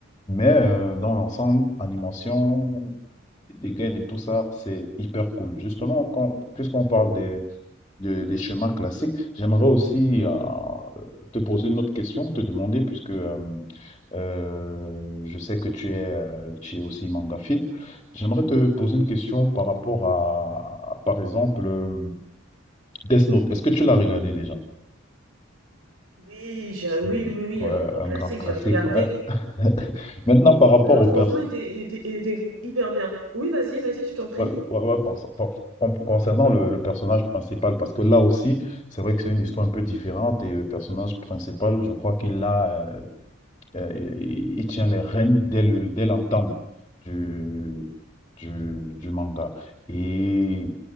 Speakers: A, on the left; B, on the right.
A: mais euh, dans l'ensemble, animation, des gains et tout ça, c'est hyper cool. Justement, quand- puisqu'on parle des de- des schémas classiques. J'aimerais aussi euh, te poser une autre question, te demander, puisque euh, euh, je sais que tu es, euh, tu es aussi mangaphile, j'aimerais te poser une question par rapport à, par exemple, euh, Death Note. Est-ce que tu l'as regardé déjà?
B: Oui, j'ai, oui,
A: Mm.
B: oui, oui,
A: Ouais,
B: un grand classique,
A: un grand classique,
B: j'ai regardé.
A: ouais. <laughs> Maintenant, par rapport
B: Non,
A: au
B: franchement,
A: perso...
B: il était, il était, il était hyper bien. Oui, vas-y, vas-y, je t'en prie.
A: ouais, ouais, ouais, par- par- con- concernant le, le personnage principal, parce que là aussi, c'est vrai que c'est une histoire un peu différente et le personnage principal, je crois qu'il a euh, euh, il, il tient les rênes dès le, dès l'entame du, du, du manga. Et